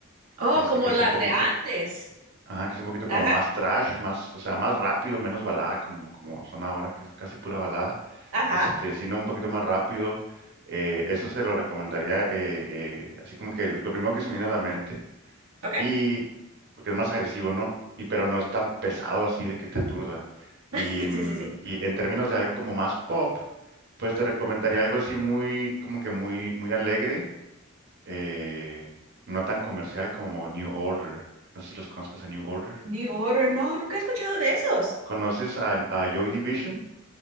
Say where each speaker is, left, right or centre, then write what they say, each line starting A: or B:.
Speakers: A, on the right; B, on the right.
A: Oh,
B: este
A: como
B: que es
A: las
B: un poquito,
A: de antes.
B: ah, que es un poquito como
A: Ajá,
B: más trash, más, o sea, más rápido, menos balada, como, como son ahora, que es casi pura balada,
A: ajá,
B: este, sino un poquito más rápido. eh, eso se lo recomendaría, eh, eh, así como que lo primero que se me viene a la mente.
A: ok,
B: y porque es más agresivo, ¿no? Y pero no es tan pesado así de que te aturda.
A: <laughs>
B: Y, mm,
A: sí, sí, sí.
B: y en términos de algo como más pop, pues te recomendaría algo así muy, como que muy, muy alegre, eh, no tan comercial como New Order. No sé si los conozcas a New Order.
A: New Order, no, nunca he escuchado de esos.
B: ¿Conoces a, a Joy Division?